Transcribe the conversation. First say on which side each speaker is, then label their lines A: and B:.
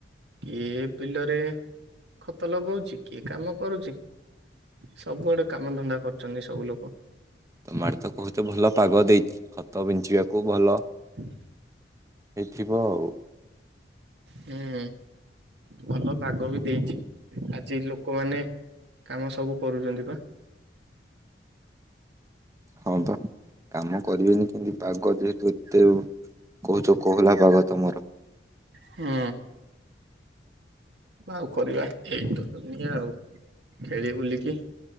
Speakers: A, on the right; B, on the right.
A: କିଏ ବିଲରେ ଖତ ଲଗଉଚି। କିଏ କାମ କରୁଚି। ସବୁଆଡେ କାମ ଧନ୍ଦା କରୁଚନ୍ତି ସବୁ ଲୋକ।
B: ମାଟି ତ କହୁତ ଭଲ ପାଗ ଦେଇଚି ଖତ ବିଞ୍ଚିବାକୁ ଭଲ
A: ହୁଁ
B: ହେଇଥିିବ ଆଉ।
A: ହୁଁ, ଭଲ ପାଗ ବି ଦେଇଚି ଆଜି ଲୋକମାନେ କାମ ସବୁ କରୁଚନ୍ତି ବା।
B: ହଁ ବା କାମ କରିବେନି କେନ୍ତି, ପାଗ ଯେହେତୁ ଏତେ କହୁଚ କୋହଲା ପାଗ ତମର।
A: ହୁଁ। ଆଉ କରିବା, ଏଇତ ଦୁନିଆ ଆଉ ଖେଳି ବୁଲିକି